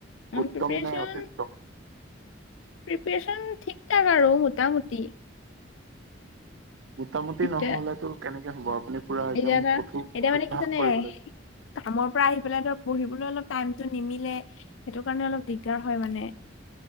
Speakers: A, on the left; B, on the right.
A: অ
B: উত্তম
A: প্ৰিপেচন
B: নে অতিউত্তম?
A: প্ৰিপেচন ঠিক থাক আৰু মোটামুটি
B: মোটামোটি
A: এতিয়া
B: নহলেতো কেনেকে হ'ব আপুনি পুৰা একদম
A: এতিয়া এটা
B: কঠোৰ
A: এতিয়া মানে
B: অভ্যাস
A: কি জানে
B: কৰিব লাগিব
A: কামৰ পৰা আহি পেলাই ধৰ পঢ়িবলৈ অলপ টাইমটো নিমিলে সেইটো কাৰণে অলপ দিগদাৰ হয় মানে